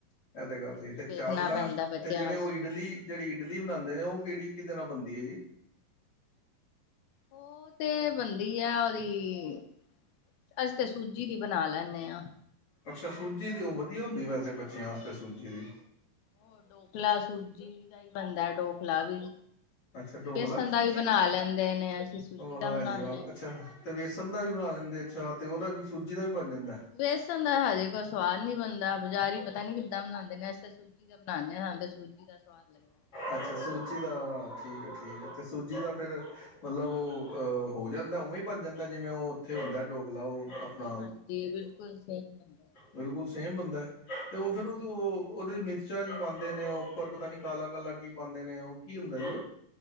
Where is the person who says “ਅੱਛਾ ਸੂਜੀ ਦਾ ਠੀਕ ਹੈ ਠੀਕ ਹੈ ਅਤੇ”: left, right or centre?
Left